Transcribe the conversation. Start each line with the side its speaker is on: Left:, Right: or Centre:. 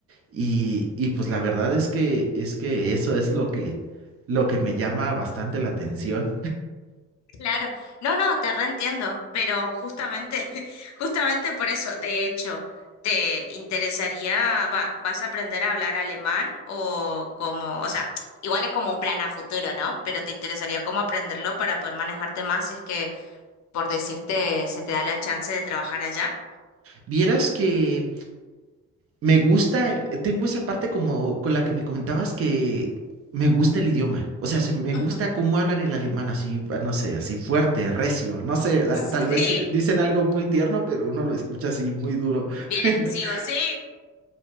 Right: y, y pues la verdad es que es que eso es lo que lo que me llama bastante la atención.
Left: Claro, no, no, te reentiendo, pero justamente, <laughs> justamente por eso, de hecho, ¿te interesaría, va, vas a aprender a hablar alemán o como, o sea, igual es como un plan a futuro, ¿no? Pero te interesaría cómo aprenderlo para poder manejarte más si es que, por decirte, se te da la chance de trabajar allá.
Right: Vieras que me gusta, el- tengo esa parte como con la que me comentabas que me gusta el idioma, o sea, se me gusta
Left: Ujú,
Right: cómo hablan el alemán así, ah, no sé, así fuerte, recio, no sé, ¿verdad?
Left: <laughs>
Right: Tal vez
Left: Sí,
Right: eh, dicen algo muy tierno, pero uno lo escucha así muy duro.
Left: bien agresivo,
Right: <laughs>
Left: sí.